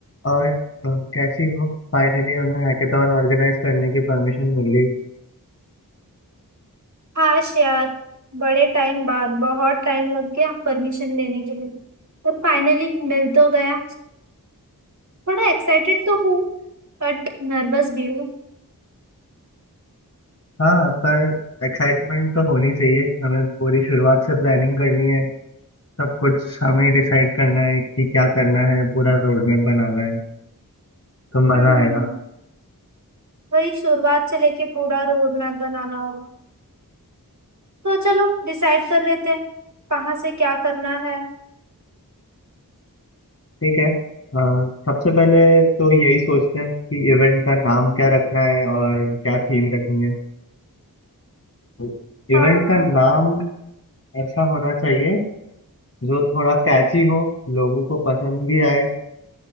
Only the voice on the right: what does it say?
काश यार बड़े टाइम बाद बहुत टाइम लग गया परमिशन लेने के लिए पर फाइनली मिल तो गया थोड़ा एक्साइटेड तो हूँ बट नर्वस भी हूँ
हम्म
वही शुरुआत से लेके पूरा रोड मैप बनाना होगा तो चलो डिसाइड कर लेते हैं कहाँ से क्या करना है
हाँ